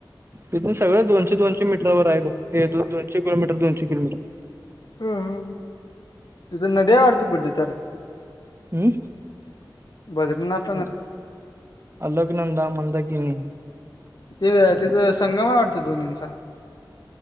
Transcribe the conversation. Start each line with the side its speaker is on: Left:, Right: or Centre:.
Right: तिथूंन सगंळ दोनशे दोनशेमीटरंवर आहे बघं हे दोनशे किलोमीटर दोनशे किलोमीटर
Left: हम्मं हमं तिथं नद्यां वाढतो कुठं तरं
Right: हम्मं
Left: बद्रीनांथ
Right: अ अलंक नंदा मंदा किनी
Left: तेचं संगम आहे वाटतं दोन्ही चां